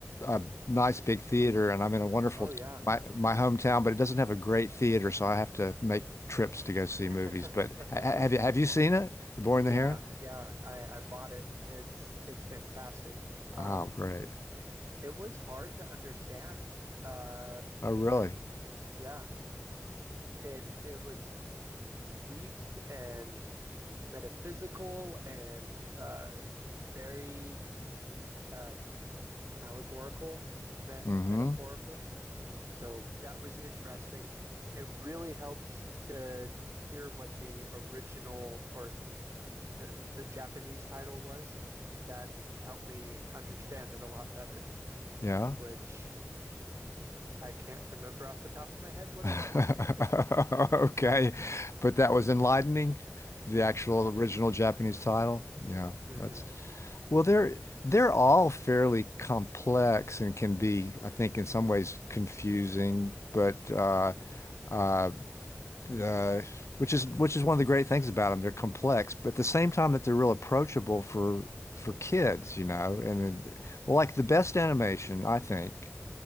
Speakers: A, on the left; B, on the right.
A: uh, nice big theater, and I'm in a wonderful
B: oh yeah.
A: my my hometown, but it doesn't have a great theater, so I have to make trips to go see
B: <laughs>
A: movies. But ha ha- have you have you seen it, The Boy and
B: Yeah,
A: the Heron?
B: yeah. I I bought it. It's it's fantastic. Um,
A: Oh, great!
B: it was hard to understand. Uh,
A: Oh, really?
B: and yeah, it it was deep and metaphysical and uh very um allegorical, met
A: Mm-hmm.
B: metaphorical. So that was interesting. It really helped to hear what the original or the, the Japanese title was. That helped me understand it a lot better,
A: Yeah.
B: which I can't remember off the top of my head
A: <laughs>
B: what it was. <laughs>
A: Okay, but that was enlightening. The
B: Yes,
A: actual
B: it was.
A: original Japanese title. Yeah,
B: hmm
A: that's. Well, they're they're all fairly complex and can be, I think, in some ways confusing, but uh, uh, uh, which is which is one of the great things about them. They're complex, but at the same time that they're real approachable for for kids, you know. And then- well, like the best animation, I think,